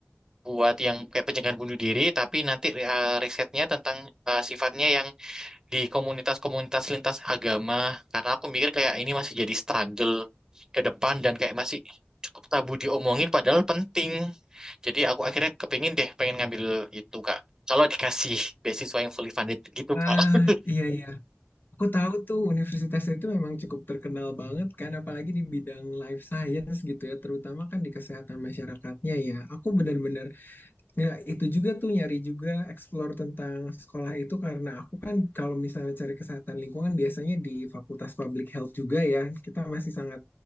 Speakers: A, on the right; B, on the left.
A: buat yang kayak pencegahan bunuh diri, tapi nanti eh, risetnya tentang eh, sifatnya yang di komunitas-komunitas lintas agama karena aku mikir kayak ini masih jadi struggle ke depan dan kayak masih cukup tabu diomongin padahal penting. Jadi aku akhirnya kepingin deh pengen ngambil itu Kak. Kalau dikasih beasiswa yang fully funded gitu
B: Ah,
A: Kak.
B: iya, iya. Aku tahu tuh universitasnya itu memang cukup terkenal banget kan, apalagi di bidang life science gitu ya, terutama kan di kesehatan masyarakatnya ya. Aku benar-benar ya itu juga tuh nyari juga explore tentang sekolah itu karena aku kan kalau misalnya cari kesehatan lingkungan biasanya di Fakultas Public Health juga ya. Kita masih sangat